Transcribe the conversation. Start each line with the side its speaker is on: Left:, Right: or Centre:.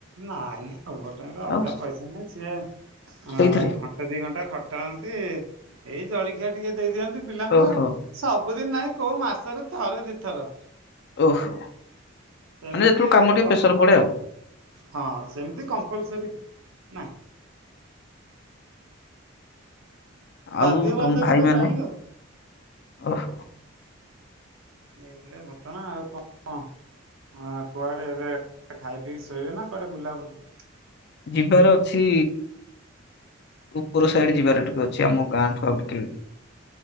Right: ନାଇଁ, ନାଇଁ ଓଭୋର୍ ଟାଇମରେ ଅଲଗା
Left: ଆଉ
Right: ପଇସା ନହିଁ। ସିଏ ଘନ୍
Left: ସେଇଥିରେ
Right: ଘଣ୍ଟେ, ଦି ଘଣ୍ଟା ଖଟାହନ୍ତି। ଏଇ ଜଳଖିଆ ଟିକେ ଦେଇଦିଅନ୍ତି ପିଲାଙ୍କୁ।
Left: ଓହୋ
Right: ସବୁଦିନ୍ ନାଇଁ, କୋଉ ମାସରେ ଥରେ ଦି ଥର।
Left: ଓହୋ, ମାନେ
Right: ସେମିତି
Left: ଯେତେବେଳୁ କାମ ଟିକେ
Right: କ
Left: ପେସର୍ ପଡେ ଆଉ।
Right: ହଁ, ସେମିତି କମ୍ପଲସରି ନାଇଁ।
Left: ଆଉ
Right: ବାଧ୍ୟ
Left: ତମ୍
Right: ବାଧକତା
Left: ଭାଇ ମାନେ,
Right: ନାହିଁ ଆଉ
Left: ଓହୋ।
Right: ଏଇ ଭଳିଆ ଘଟଣା ଆଉ କଁ-ଅଁ। ହଁ, କୁଆଡେ ଏବେ ଖାଇ, ପିଇକି ଶୋଇବେ, ନାଁ କୁଆଡେ ବୁଲାବୁଲି?
Left: ଯିବାର ଅଛି। ଉପର ସାଇଡ୍ ଯିବାରେ ଟିକେ ଅଛି ଆମ ଗାଁ ଠୁ ଆଉ ଟିକେ